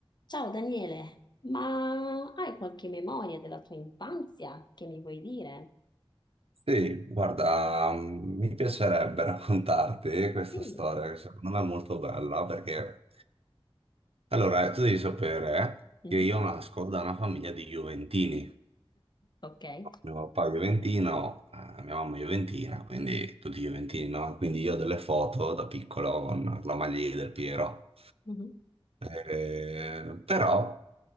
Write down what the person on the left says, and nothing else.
Ciao Daniele, ma hai qualche memoria della tua infanzia che mi vuoi dire?
Sì.
Mhm.
Ok.
Mhm.